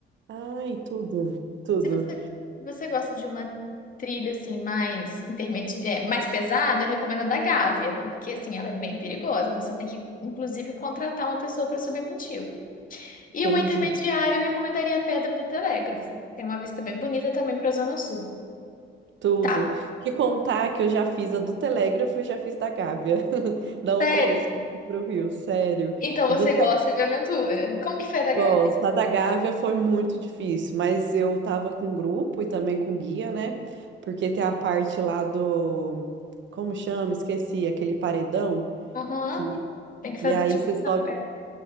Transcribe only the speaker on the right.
ai, tudo, tudo.
Entendi.
Tudo.
Te contar que eu já fiz a do Telégrafo e já fiz da Gávea. <laughs> Da outra
vez que eu fui pro Rio, sério.
A do
Gosto. A da Gávea foi muito difícil, mas eu tava com grupo e também com guia, né? Porque tem a parte lá do. Como chama? Esqueci, aquele paredão
que.
E aí
você
sobe,